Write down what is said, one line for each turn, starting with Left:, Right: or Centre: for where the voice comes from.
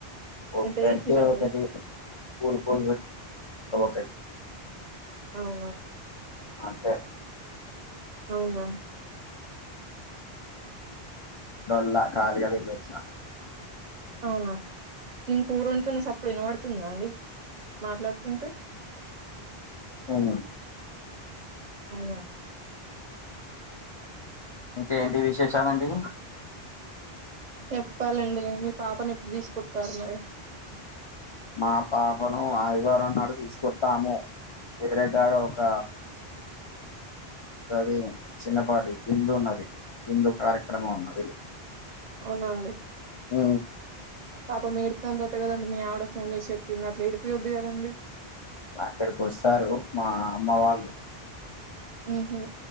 Left: ఒకరికి
Right: ఇంత చేసిరండి
Left: ఒకటి కూల్ కూ చక
Right: అవు
Left: అంతే
Right: అవునా
Left: డోల్లా కార్యాలో పెట్టొచ్చినా
Right: అవునా నేను కూరు వంతున్నా సప్పుడు వినబడుతుందా అండి మాట్లాడుతుంటే
Left: అవును
Right: అవునా
Left: ఇంకే ఏంటి విశేషాలండి
Right: చెప్పాలండి మీ పాపని ఎప్పుడు తీసుకొచ్చారు మరి
Left: మా పాపను ఆదివారం నాడు తీసు కొత్తాము వేరడ్డాడు ఒక అది చిన్న బ విందు ఉన్నది విందు కార్యక్రమం ఉన్నది
Right: అవునా అండి
Left: ఆ
Right: పాప మేడతు అంతటటు కదండి మీ ఆవడ ఫోన్ చేసి చెప్పింది అట్లా ఏడిపోయద్దు కదండి
Left: అక్కడికి వస్తారు మా అమ్మ వాళ్ళు
Right: ఉహు